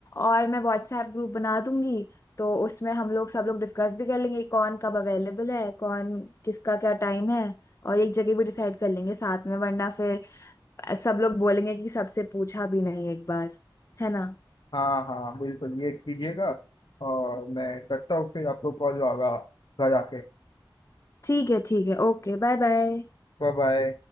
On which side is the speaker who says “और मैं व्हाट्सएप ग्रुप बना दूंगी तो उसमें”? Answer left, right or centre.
Left